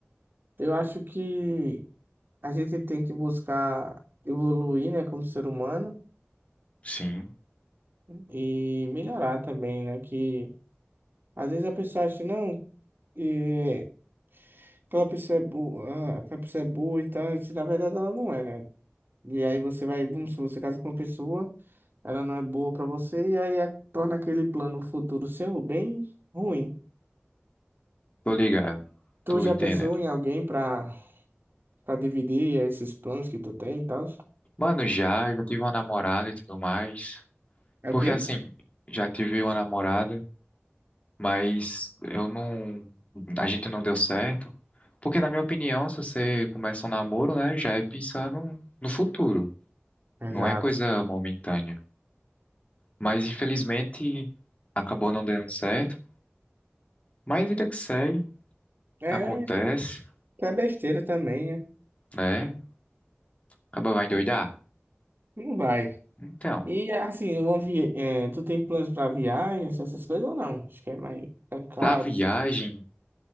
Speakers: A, on the right; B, on the left.
A: Eu acho que a gente tem que buscar evoluir, né, como ser humano
B: Sim.
A: e melhorar também, né? Que às vezes a pessoa acha, não, é, aquela pessoa é boa, aquela pessoa é boa e tal, e na verdade ela não é, né? E aí você vai, vamos supor, você casa com uma pessoa, ela não é boa pra você, e aí a- torna aquele plano futuro seu bem ruim.
B: Tô ligado.
A: Tu
B: Tô
A: já
B: entendendo.
A: pensou em alguém pra, pra dividir esses planos que tu tem e tal?
B: Mano, já, já tive uma namorada e tudo mais.
A: É
B: Porque
A: o quê?
B: assim, já tive uma namorada, mas eu não. A gente não deu certo. Porque, na minha opinião, se você começa um namoro, né, já é pensando no futuro.
A: Exato.
B: Não é coisa momentânea. Mas, infelizmente, acabou não dando certo. Mas vida que segue,
A: É,
B: acontece,
A: isso é besteira também, né?
B: né? Acaba vai endoidar.
A: Não vai.
B: Então.
A: E assim, uma vi- é, tu tem planos pra viagens, essas coisas ou não? Acho que é mais ficar em casa.
B: Pra viagem,